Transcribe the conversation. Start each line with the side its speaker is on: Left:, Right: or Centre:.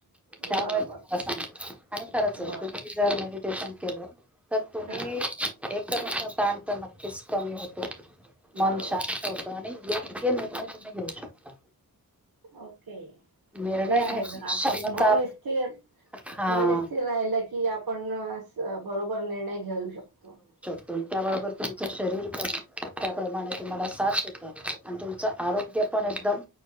Centre: त्यामुळे
Right: बरोबर
Centre: तम्हाला सांग आणि खरंच आहे
Right: बर
Centre: तुम्ही जर मेडिटेशन केलं. तर तुम्ही
Right: हां
Centre: एक तुमचा ताण तर नक्कीच कमी होतो मन
Right: बरोबर
Centre: शांत होत. आणि योग्य निर्णय तुम्ही घेऊ शकता.
Right: ओके
Centre: निर्णय
Right: ते आहेच
Centre: घ्यायची क्षमता
Right: मन स्थिर
Centre: हा
Right: मन स्थिर राहिला की आपण बरोबर निर्णय घेऊ शकतो.
Centre: त त्याच्याबरोबर तुमचं शरीर पण त्या प्रमाणे तुम्हाला साथ देतात. आणि तुमचं आरोग्य पण एकदम